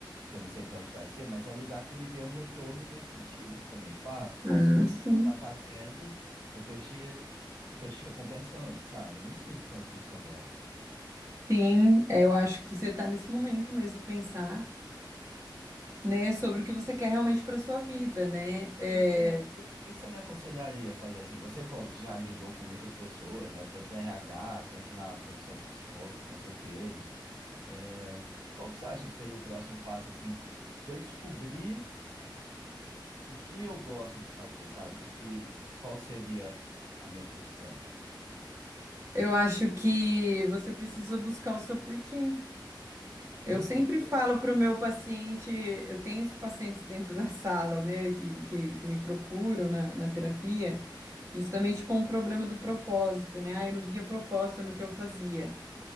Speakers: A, on the right; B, on the right.
A: que eu não sei para onde vai ser, mas é um lugar que me dê um retorno nesse sentido também. Tipo, ah,
B: ah,
A: o esforço
B: sim.
A: que você está fazendo, eu tô te, eu tô te recompensando, sabe? Eu não sinto tanto isso agora. O
B: Sim, é, eu acho que você está nesse momento mesmo de pensar, né, sobre o que você quer realmente para sua vida, né? É,
A: que que você, o que que você me aconselharia a fazer assim? Você co- que já lidou com muitas pessoas, né? Tanto na RH quanto na profissão de psicóloga, com certeza. É, qual que você acha que seria o próximo passo, assim, para eu descobrir o que eu gosto de fazer, sabe? O que, qual seria a minha profissão?
B: Eu acho que você precisa buscar o seu porquê.
A: Meu
B: Eu sempre
A: porquê?
B: falo para o meu paciente, eu tenho os pacientes dentro da sala, né, que, que, que me procuram na, na terapia, justamente com o problema do propósito, né? Ah, eu não via propósito no que eu fazia.